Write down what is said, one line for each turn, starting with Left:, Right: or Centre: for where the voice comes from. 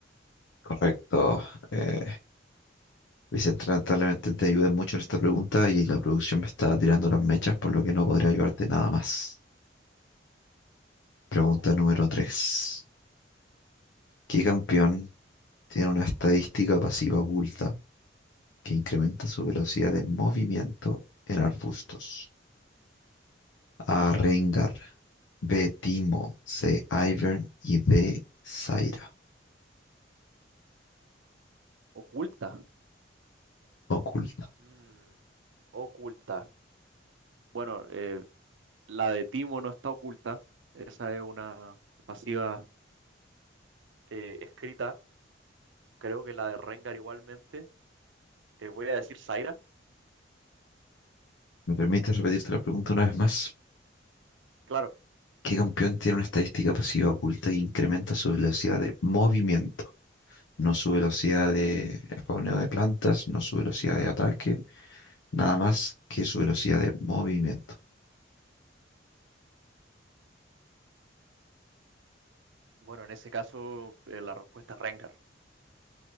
Left: Correcto. Eh, Vicente, lamentablemente te ayudé mucho en esta pregunta y la producción me está tirando las mechas, por lo que no podría ayudarte nada más. Pregunta
Right: Wow.
Left: número 3. ¿Qué campeón tiene una estadística pasiva oculta que incrementa su velocidad de movimiento en arbustos? A. Rengar, B. Timo, C. Ivern y D. Zaira,
Right: Oculta.
Left: oculta.
Right: Mm, oculta. Bueno, eh, la de Timo no está oculta. Esa es una pasiva eh, escrita. Creo que la de Rengar igualmente. Eh, voy a decir Zaira.
Left: ¿Me permites repetirte la pregunta una vez más?
Right: Claro.
Left: ¿Qué campeón tiene una estadística pasiva oculta que incrementa su velocidad de movimiento? No su velocidad de spawneo de plantas, no su velocidad de ataque, nada más que su velocidad de movimiento.
Right: Bueno, en ese caso eh, la respuesta es Rengar.